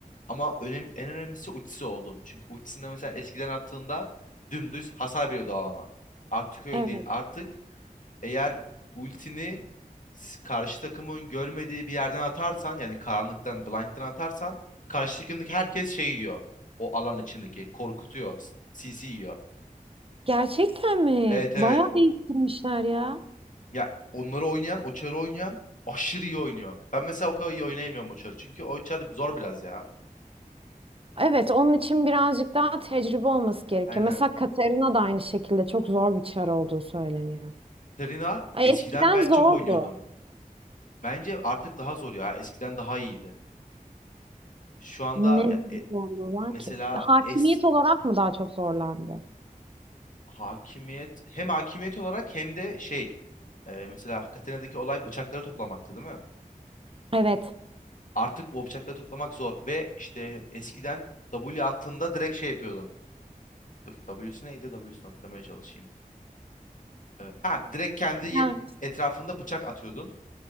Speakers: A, on the left; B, on the right.
A: Ama önem, en önemlisi ultisi oldu. Çünkü ultisinde mesela eskiden attığında dümdüz hasar veriyordu alana. Artık öyle
B: Evet.
A: değil. Artık eğer ultini s- karşı takımın görmediği bir yerden atarsan yani karanlıktan, blind'den atarsan karşı takımdaki herkes şey yiyor. O alan içindeki korkutuyor. s- CC yiyor.
B: Gerçekten mi?
A: Evet evet.
B: Bayağı
A: O
B: değiştirmişler ya.
A: Ya onları oynayan, Oçar'ı oynayan aşırı iyi oynuyor. Ben mesela o kadar iyi oynayamıyorum Oçar'ı. Çünkü Oçar zor biraz ya.
B: Evet, onun için birazcık daha tecrübe olması gerekiyor.
A: Aynen.
B: Mesela Katarina da aynı şekilde çok zor bir çar olduğu söyleniyor.
A: Serena
B: Ay,
A: eskiden
B: eskiden
A: ben çok
B: zordu.
A: oynuyordum. Bence artık daha zor ya. Eskiden daha iyiydi. Şu anda
B: Ne
A: ya,
B: gibi
A: e,
B: zorluğu var
A: mesela
B: ki? Hakimiyet
A: es
B: olarak mı daha çok zorlandı?
A: hakimiyet hem hakimiyet olarak hem de şey e, mesela Katena'daki olay bıçakları toplamaktı değil mi?
B: Evet.
A: Artık o bıçakları toplamak zor ve işte eskiden W attığında direkt şey yapıyordun. Dur W'si neydi? W'sini hatırlamaya çalışayım. Evet. Ha direkt kendi ye-
B: Ha.
A: etrafında bıçak atıyordun